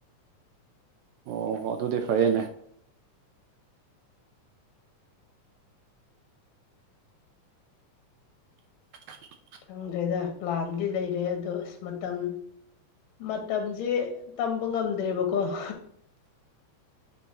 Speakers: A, on the right; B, on the left.
A: ꯑꯣ ꯑꯗꯨꯗꯤ ꯐꯩꯌꯦꯅꯦ <unintelligible>
B: ꯈꯪꯗ꯭ꯔꯦꯗ ꯄ꯭ꯂꯥꯟꯗꯤ ꯂꯩꯔꯦ ꯑꯗꯣ ꯑꯁ ꯃꯇꯝ ꯃꯇꯝꯁꯦ ꯇꯝꯕ ꯉꯝꯗ꯭ꯔꯦꯕꯀꯣ <inaudible>